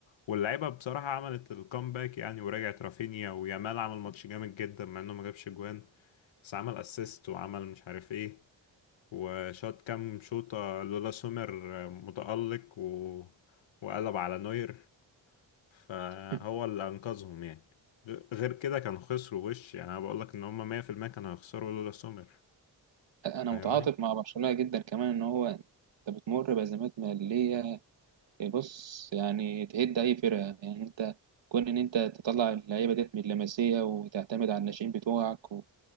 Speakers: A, on the left; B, on the right.
A: واللعيبة بصراحة عملت الكومباك يعني ورجعت رافينيا ويامال عمل ماتش جامد جدا مع انه ما جابش جوان بس عمل اسيست وعمل مش عارف ايه وشاط كام شوطة لولا سومر آه، متألق و... وقلب على نوير فهو
B: <laughs>
A: اللي انقذهم يعني غ- غير كده كانوا خسروا وش يعني انا بقول لك ان هم 100% كانوا هيخسروا لولا سومر
B: انا
A: فاهمني
B: متعاطف مع برشلونه جدا كمان ان هو انت بتمر بازمات ماليه بص يعني تهد اي فرقه يعني انت كون ان انت تطلع اللعيبه ديت من اللمسيه وتعتمد على الناشئين بتوعك و-